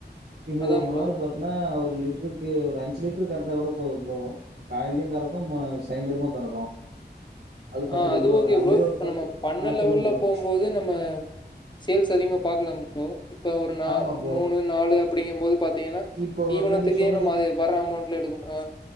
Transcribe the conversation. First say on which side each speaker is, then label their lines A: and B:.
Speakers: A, on the right; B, on the left.
A: இப்ப
B: அதான்
A: ஒரு மாடு
B: ப்ரோ.
A: பாத் ஏன்னா ஒரு லிட்ருக்கு ஒரு அஞ்சு லிட்ரு கறந்தா கூட போது ப்ரோ காலேயு கறக்கு ம சாய்ந்துரமு கறக்கு பத்து
B: ஆ
A: லிட்டரு
B: அது
A: வந்துரு
B: ஓகே ப்ரோ
A: மாரி
B: இப்ப
A: ஒரு பத்து
B: நம்ம பண்ண
A: ஆ
B: லெவல்ல
A: சொல்லுங்க ப்ரோ
B: போம்போது நம்ம சேல்ஸ் அதிகமா பாக்லா ப்ரோ இப்ப ஒரு நா
A: ஆமா ப்ரோ
B: மூனு நாளு அப்டிங்க போது பாத்தீங்கன்னா
A: இப்போ
B: தீவனத்துக்கே
A: நீங்க சொன்னது
B: நம்ம அது வர அமௌண்ட்ல எடுக்னு ஆ